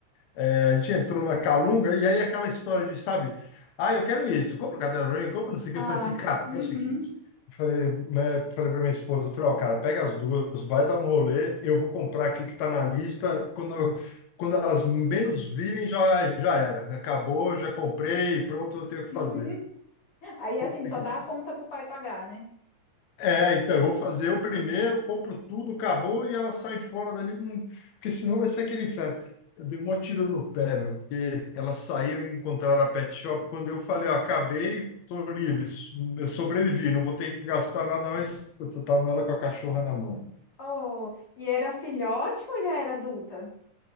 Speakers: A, on the left (about 70°); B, on the left (about 45°).
A: é, a gente entrou na Calunga e aí aquela história de, sabe? Ah, eu quero isso. Compra o caderno pra mim, compra não sei o
B: Ah,
A: que. Eu falei assim, cara,
B: uhum,
A: faz o seguinte. Eu Falei, né, falei para minha esposa, eu falei, ó, cara, pega as duas, vai dar um rolê, eu vou comprar aqui o que tá na lista. Quando, quando elas menos virem, já, já era. né, Acabou, já comprei, pronto, eu tenho o que
B: uhum.
A: fazer.
B: Aí assim,
A: Puta
B: só
A: que
B: dá a conta pro pai pagar, né?
A: É, então, eu vou fazer o primeiro, compro tudo, acabou e elas saem fora dali, com- porque senão vai ser aquele inferno. Eu dei um maior tiro no pé, meu, porque elas saíram e encontraram a pet shop. Quando eu falei, ó, acabei, tô livre, eu sobrevivi, não vou ter que gastar nada mais. Eu tava ela com a cachorra na mão.
B: Oh, e era filhote ou já era adulta?